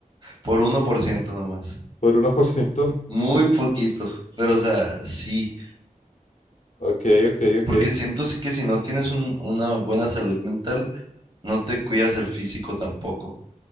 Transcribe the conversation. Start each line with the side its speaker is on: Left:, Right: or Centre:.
Right: por 1% nomás,
Left: ¿Por uno por ciento
Right: muy poquito, pero o sea, sí,
Left: Ok, ok, ok.
Right: porque siento si- que si no tienes un- una buena salud mental, no te cuidas el físico tampoco.